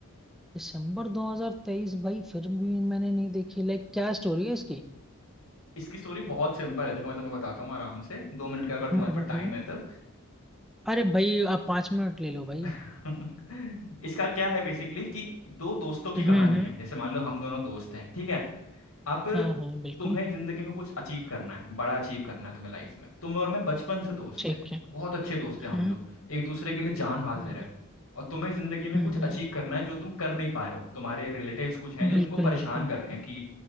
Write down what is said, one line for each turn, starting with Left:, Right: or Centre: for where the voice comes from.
Centre: दिसंबर 2023 भाई फिर भी मैंने नहीं देखी लाइक क्या स्टोरी है इसकी
Left: इसकी स्टोरी बहुत सिंपल है देखो मैं तुम्हें बताता हूँ आराम से दो मिनट का अगर
Centre: हम्म
Left: तुम्हारे
Centre: हम्म
Left: पास टाइम
Centre: हम्म
Left: है तो
Centre: अरे भाई आप पांच मिनट ले लो भाई
Left: <laughs> इसका क्या है बेसिकली कि दो दोस्तों की
Centre: हम्म,
Left: कहानी
Centre: हम्म,
Left: है जैसे मान लो हम दोनों दोस्त हैं ठीक है अब
Centre: हाँ हाँ बिल्कुल
Left: तुम्हें जिंदगी में कुछ अचीव करना है बड़ा अचीव करना है तुम्हें लाइफ में तुम और मैं बचपन से दोस्त
Centre: ठीक
Left: हैं
Centre: है
Left: बहुत अच्छे दोस्त हैं हम
Centre: हम्म
Left: लोग एक दूसरे के लिए जान हाजिर
Centre: हम्म
Left: है और तुम्हें जिंदगी में
Centre: हम्म,
Left: कुछ अचीव करना है जो तुम कर नहीं पा रहे हो तुम्हारे रिलेटिव्स कुछ हैं जो
Centre: बिल्कुल
Left: तुमको परेशान
Centre: बिल्कुल
Left: कर रहे हैं कि